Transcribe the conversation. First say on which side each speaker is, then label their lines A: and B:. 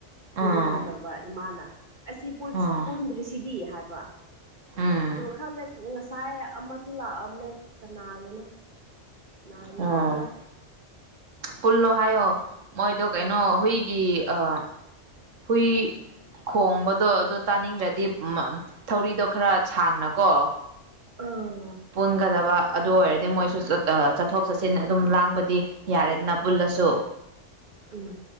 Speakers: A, on the right; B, on the right.
A: ꯄꯨꯜꯍꯧꯗꯕ
B: ꯎꯝ
A: ꯏꯃꯥꯅ ꯑꯁꯤ ꯄꯨꯜ
B: ꯎꯝ
A: ꯄꯨꯟꯗ꯭ꯔꯤꯁꯤꯗꯤ ꯍꯥꯏꯕ
B: ꯎꯝ
A: ꯑꯗꫭ ꯈꯪꯗ‌ꯦ ꯉꯁꯥꯏ ꯑꯃꯁꯨ ꯂꯥꯛꯑꯝꯃꯦ ꯀꯅꯥꯒꯤꯅꯣ ꯀꯅꯥꯒꯤ
B: ꯑꯣ
A: ꯍꯏꯅꫭ
B: ꯄꯨꯜꯂꯣ ꯍꯥꯏꯌꯣ ꯃꯣꯏꯗꯣ ꯀꯩꯅꯣ ꯍꯨꯏꯒꯤ ꯑ ꯍꯨꯏ ꯈꯣꯡꯕꯗꯣ ꯑꯗꫭ ꯇꯥꯅꯤꯡꯗ꯭ꯔꯗꯤ ꯎꯝ ꯊꯧꯔꯤꯗꯣ ꯈꯔ ꯁꯥꯡꯅꯀꯣ
A: ꯑ
B: ꯄꯨꯟꯒꯗꯕ ꯑꯗꯨ ꯑꯣꯏꯔꯗꯤ ꯃꯣꯏꯁꯨ ꯆꯠ ꯑ ꯆꯠꯊꯣꯛ ꯆꯠꯁꯤꯟ ꯑꯗꯨꯝ ꯂꯥꯡꯕꯗꯤ ꯌꯥꯔꯦꯗꯅ ꯄꯨꯜꯂ ꯑꯨꯁꯨ
A: ꯎꯝ